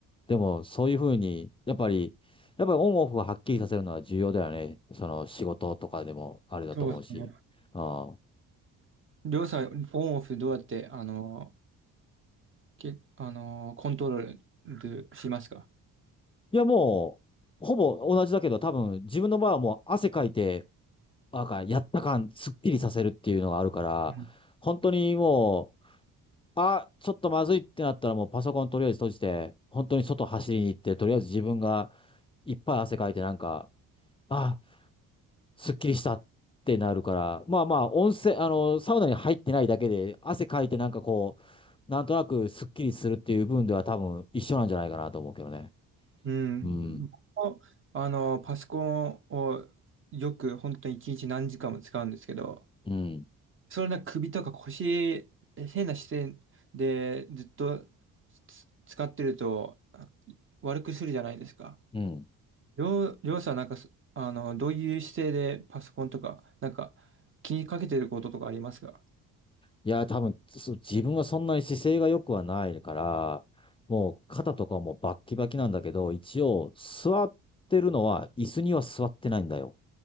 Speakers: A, on the left (about 15°); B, on the right (about 35°).
A: でもそういうふうに、やっぱり、やっぱりオンオフをはっきりさせるのは重要だよね。その仕事とかでもあれだと思うし。
B: そうですね。
A: ああ。
B: りょうさん、オンオフどうやって、あの、け、あの、コントロールしますか
A: いやもう、ほぼ同じだけど多分自分の場合はもう汗かいて、なんか、やった感、すっきりさせるっていうのがあるから、
B: うん
A: 本当にもう、あ、ちょっとまずいってなったらもうパソコンとりあえず閉じて、本当に外走りに行って、とりあえず自分がいっぱい汗かいてなんか、あ、すっきりしたってなるから、まあまあ、温泉、あの、サウナに入ってないだけで、汗かいてなんかこう、なんとなくすっきりするっていう部分では多分一緒なんじゃないかなと思うけどね。
B: うん。
A: うん。
B: 僕もあの、パソコンをよく本当に一日何時間も使うんですけど、
A: うん。
B: それな首とか腰、変な姿勢でずっとつ使ってるとあ悪くするじゃないですか。
A: うん。
B: りょう、りょうさんなんかそ、あの、どういう姿勢でパソコンとか、なんか気にかけてることとかありますか
A: いや、多分、そ自分はそんなに姿勢が良くはないから、もう肩とかもバッキバキなんだけど、一応座ってるのは椅子には座ってないんだよ。